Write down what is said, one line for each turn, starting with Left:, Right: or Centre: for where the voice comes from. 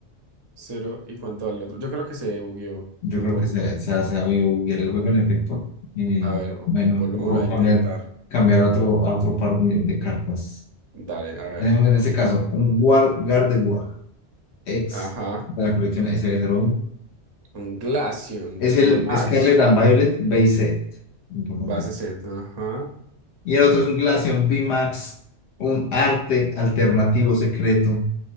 Right: Cero y cuánto vale el otro. Yo creo que se bugueó
Left: Yo
Right: un
Left: creo
Right: poco.
Left: que se, se ha sabido buguear el juego en efecto. Eh,
Right: A ver, vo-
Left: bueno,
Right: volvámoslo
Left: mejor
Right: a
Left: cambiar,
Right: intentar.
Left: cambiar a otro, a otro par de, de cartas.
Right: Dale, a ver.
Left: Tenemos en este caso un War Gardevoir X
Right: Ajá.
Left: de la colección SB01
Right: Un Glaceon,
Left: Es
Right: VMAX.
Left: el Scarlet and Violet Base Set. Importante.
Right: Base Z, ajá.
Left: Y el otro es un Glaceon VMAX, un arte alternativo secreto